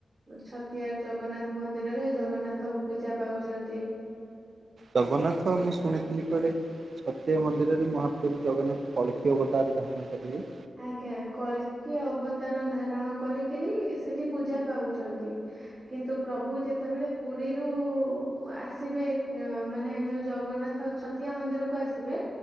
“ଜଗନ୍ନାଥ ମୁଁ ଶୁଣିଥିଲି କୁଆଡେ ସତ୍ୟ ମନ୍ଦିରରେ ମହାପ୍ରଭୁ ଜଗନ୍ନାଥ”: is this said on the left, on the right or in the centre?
Right